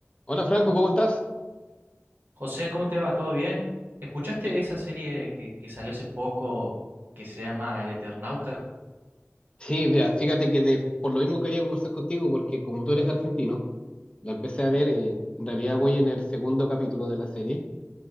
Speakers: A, on the left; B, on the right.
A: Hola Franco, ¿cómo estás?
B: José, ¿cómo te va? ¿Todo bien? ¿Escuchaste
A: Mi-
B: esa serie que, que salió hace poco que se llama El Eternauta?
A: Sí, mira, fíjate que de- por lo mismo quería conversar contigo porque como tú eres argentino, la empecé a ver, eh, en realidad voy en el segundo capítulo de la serie.